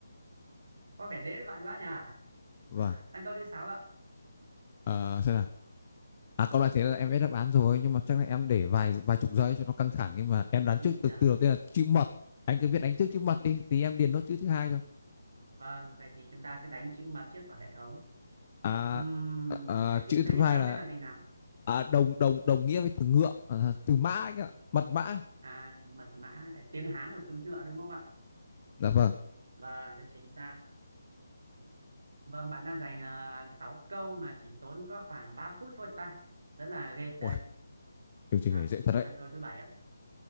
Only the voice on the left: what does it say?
Vâng.
Ờ, xem nào. À, câu này thế là em biết đáp án rồi nhưng mà chắc là em để vài vài chục giây cho nó căng thẳng nhưng mà em đoán trước
từ
từ đầu tiên là chữ mật. Anh cứ viết đánh trước
chữ mật đi thì em điền nốt chữ thứ hai cho.
À,
à,
chữ
thứ
hai
là
à, đồng đồng đồng nghĩa với từ ngựa, à, từ mã anh ạ, mật mã.
Dạ vâng.
Ui,
chương trình
này dễ thật
đấy.